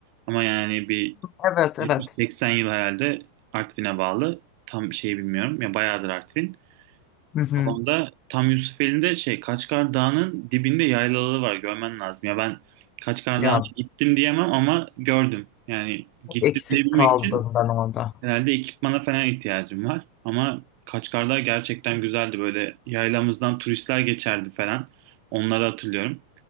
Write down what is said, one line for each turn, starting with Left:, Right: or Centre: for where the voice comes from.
Right: Ama yani bir
Left: Evet,
Right: 70-80
Left: evet.
Right: yıl herhalde Artvin'e bağlı. Tam şey bilmiyorum. Ya bayağıdır Artvin.
Left: Hı hı.
Right: Babam da tam Yusufeli'nde şey Kaçkar Dağı'nın dibinde yaylaları var. Görmen lazım. Ya ben Kaçkar
Left: Ya
Right: Dağı'na gittim diyemem ama gördüm. Yani
Left: çok
Right: gittim
Left: eksik
Right: diyebilmek
Left: kaldım
Right: için
Left: ben orada.
Right: Herhalde ekipmana falan ihtiyacım var. Ama Kaçkarlar gerçekten güzeldi. Böyle yaylamızdan turistler geçerdi falan. Onları hatırlıyorum.